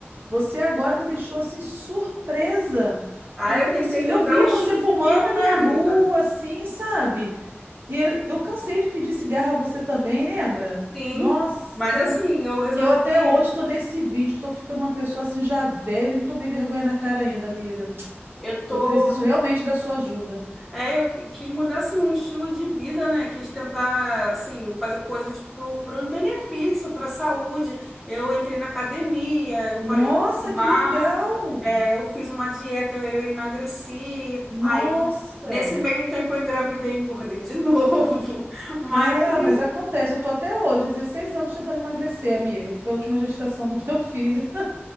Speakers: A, on the right (about 55°); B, in the centre.
A: Você agora me deixou assim surpresa.
B: aí
A: Porque
B: eu tentei
A: você,
B: mudar
A: eu via
B: o estilo
A: você fumando
B: de vida,
A: na
B: minha amiga.
A: rua, assim, sabe? E eu, eu cansei de pedir cigarro a você também, lembra?
B: Sim,
A: Nossa.
B: mas assim, eu resolvi,
A: E eu até hoje tô nesse vídeo, tô ficando uma pessoa assim já velha, e não tomei vergonha na cara ainda, amiga.
B: eu tô,
A: Eu preciso realmente da sua ajuda.
B: é, eu qui- quis mudar assim um estilo de vida, né? Quis tentar assim fazer coisas pro, pro benefício, para saúde. Eu entrei na academia, eu parei
A: Nossa,
B: de fumar,
A: que legal!
B: é, eu fiz uma dieta, eu emagreci.
A: Nossa.
B: Aí nesse meio tempo eu engravidei, e engordei de <laughs> novo. Mas
A: Cara,
B: assim,
A: mas acontece, eu tô até hoje, há 16 anos tentando emagrecer, amiga, que foi a última gestação do <laughs> meu filho.